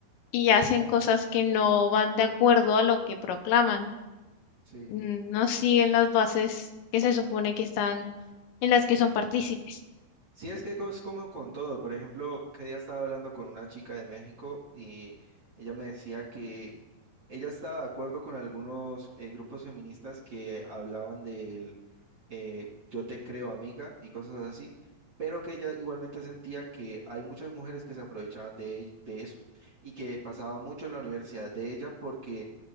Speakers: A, on the left; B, on the right.
A: y hacen cosas que no van de acuerdo a lo que proclaman.
B: Sí.
A: Mm, No siguen las bases que se supone que están en las que son partícipes.
B: Sí, es que es como con todo. Por ejemplo, que día estaba hablando con una chica de México y ella me decía que ella estaba de acuerdo con algunos eh, grupos feministas que hablaban del eh, yo te creo amiga y cosas así, pero que ella igualmente sentía que hay muchas mujeres que se aprovechaban de, e- de eso y que pasaba mucho en la universidad de ella porque